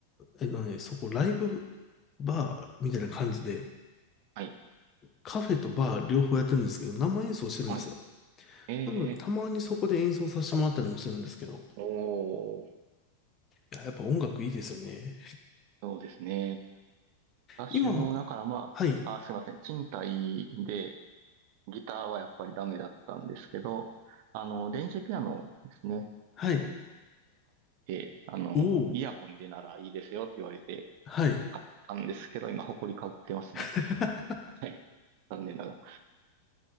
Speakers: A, on the left (about 25°); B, on the right (about 45°).
A: えっとね、そこライブバーみたいな感じで、
B: はい。
A: カフェとバー両方やってるんですけど、生演奏してるんですよ。
B: はい。え
A: なので、たまにそこで演奏させてもらったりもしてるんですけど、
B: ー、おー、
A: いや、やっぱ音楽いいですよね。
B: そうですね。私も、
A: 今、
B: だからまあ、
A: はい。
B: あー、すいません。賃貸で、ギターはやっぱりダメだったんですけど、あの、電子ピアノですね。
A: はい。
B: であの、
A: おお、
B: イヤホンでならいいですよって言われて
A: はい。
B: 買ったんですけど、今、埃かぶってますね。
A: <laughs>
B: はい。残念ながら。